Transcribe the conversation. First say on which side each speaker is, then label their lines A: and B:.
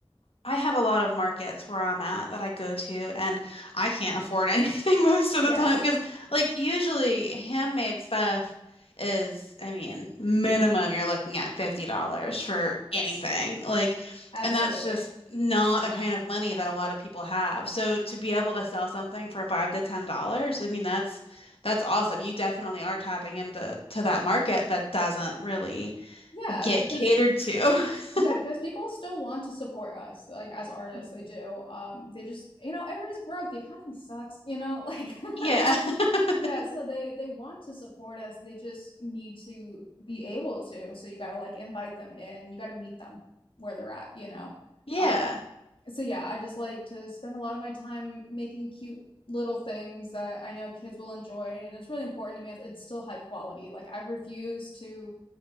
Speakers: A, on the left; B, on the left.
A: I have a lot of markets where I'm at that I go to, and I can't afford anything <laughs> most of
B: Yes.
A: the time because, like, usually handmade stuff is, I mean, minimum you're looking at $50 for anything.
B: Yes.
A: Like,
B: Absolutely.
A: and that's just not the kind of money that a lot of people have. So to be able to sell something for five to ten dollars, I mean, that's that's awesome. You definitely are tapping into to that market that doesn't really
B: Yeah,
A: get
B: because
A: catered to. <laughs>
B: yeah, because people still want to support us, like as artists,
A: Mhm.
B: they do. Um, they just, you know, everybody's broke. The economy sucks, you know, like
A: Yeah.
B: <laughs>
A: <laughs>
B: Yeah, so they they want to support us. They just need to be able to. So you got to like invite them in. You got to meet them where they're at, you know.
A: Yeah.
B: Uh, so yeah, I just like to spend a lot of my time making cute little things that I know kids will enjoy, and it's really important to me. It's it's still high quality. Like I refuse to